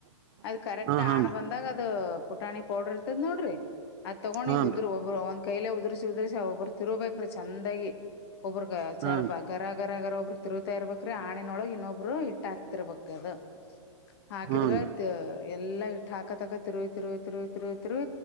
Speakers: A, on the left; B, on the right.
A: ಅದ್ ಕರೆಕ್ಟ್
B: ಹ ಹನ್ರಿ
A: ಹಾಣ ಬಂದಾಗ ಅದ ಪುಟಾಣಿ ಪೌಡರ್ ಇರ್ತದ ನೋಡ್ರಿ ಅದ ತಗೊಂಡ್
B: ಹನ್ರಿ
A: ಇಗ ಉದ್. ಒಬ್ರು ಒಂದ್ ಕೈಲೆ ಉದುರಿಸಿ ಉದುರಿಸಿ ಒಬ್ಬರು ತಿರುಬೇಕ್ರೀ ಚೆಂದಾಗಿ ಒಬ್ಬ್ರಗ
B: ಹನ್
A: ಚಾರ್ ಬಾಗ್. ಗರ ಗರ ಗರ ಒಬ್ರು ತಿರುತ್ತಾ ಇರ್ಬೇಕ್ರೀ ಹಾಣಿನೊಳಗ್ ಇನ್ನೊಬ್ರು ಇಟ್ಟಾಕಿ. ತ್ತರಬಕ್ತ ಅದು ಹಾಕಿದ್.
B: ಹನ್ರಿ
A: ಎಲ್ಲಾ ಇಟ್ಟು ಹಾಕತಾಕ ತಿರು ತಿರು ತಿರು ತಿರು ತಿ